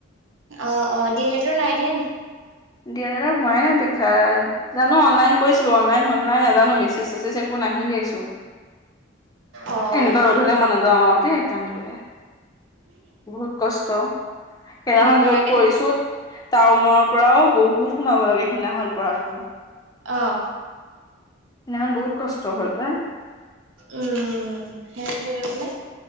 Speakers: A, on the right; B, on the left.
A: অ' অ' ডি এল এডৰ নাই দিয়া নি?
B: ডি এল এডৰ হোৱাই নাই পৰীক্ষা, জানো অ'নলাইন কৰিছিলো, অ'নলাইন হ'লা নে নাই নাজানো। মেছেজ চেছেজ একো ফোন আহিলেই চোন,
A: অ',
B: এ এনেকুৱা ৰ'দ হ'লে মই নাযাওঁ আৰু দেই এক্সাম দিবলৈ। বহুত কষ্ট। সেইদিনাখন
A: নকৰাকে
B: য'ত পৰিছো
A: থাকি
B: টাউনৰ পৰাওঁ বহুত সোমাব লাগে সেইদিনাখন পৰাখন।
A: আহ
B: সেইদিনাখন বহুত কষ্ট হ'ল পাই
A: উম সেইেৰে বোলে